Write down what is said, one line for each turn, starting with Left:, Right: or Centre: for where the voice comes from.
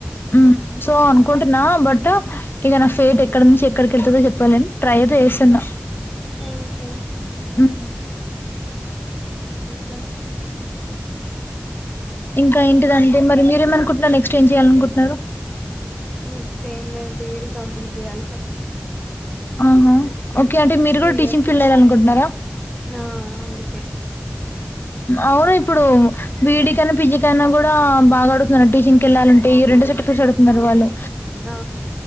Left: ఉమ్ సో అనుకుంటున్నా బట్ ఇగ నా ఫేట్ ఎ ఎక్కడ నుంచి ఎక్కడికి వెళ్తదో చెప్పలేం. ట్రై అయితే చేస్తున్నా
Centre: ఆహా
Left: హ్మ్
Centre: ఇంక
Left: ఇంకా ఏంటిదంటే మరి మీరేమనుకుంటున్నారు. నెక్స్ట్ ఏం చేయాలి అనుకుంటున్నారు.
Centre: నెక్స్ట్ ఏం లేద్ డిగ్రీ కంప్లీట్ చెయ్యాలి ఫస్ట్
Left: ఆహా ఓకే అంటే మీరు
Centre: టూ
Left: కూడా
Centre: ఇయర్స్
Left: టీచింగ్ ఫీల్డ్ వెళ్లాలి అనుకుంటున్నారా.
Centre: ఆ అందుకే
Left: అవును ఇప్పుడు బిఈడీ కనా పిజీ కనా కూడా బాగా అడుగుతున్నారు టీచింగ్ కెళ్ళాలంటే ఈ రెండు సర్టిఫికెట్స్ అడుగుతున్నారు వాళ్లు
Centre: ఆ